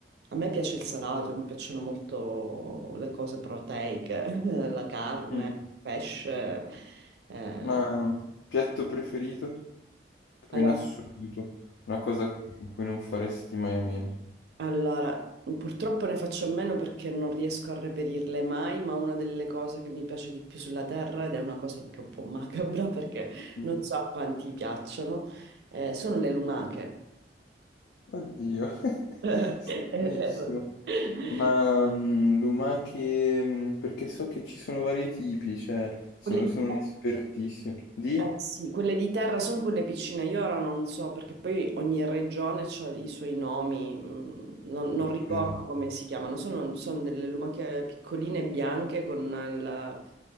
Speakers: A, on the right (about 65°); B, on the left (about 85°).
A: a me piace il salato, mi piacciono molto le cose proteiche, <laughs> la carne,
B: Mm.
A: il pesce, eh,
B: Ma piatto preferito? Proprio
A: alla
B: in assoluto.
A: mattina.
B: Una cosa in cui non faresti mai a meno.
A: Allora, purtroppo ne faccio a meno perché non riesco a reperirle mai, ma una delle cose che mi piace di più sulla Terra, ed è una cosa anche un po' macabra perché
B: Mm.
A: non so a quanti piacciono, eh, sono le lumache.
B: Oddio, <laughs>
A: <laughs>
B: benissimo.
A: Quelle
B: Ma mm, lumache, mm, perché so che ci sono vari tipi, cioè sono,
A: di
B: sono un espertissimo. Di?
A: Eh, sì, quelle di terra sono quelle piccine, io ora non so perché poi ogni regione ha i suoi nomi, mm, non, non
B: Ok,
A: ricordo come si chiamano, sono, sono delle lumache piccoline bianche con il,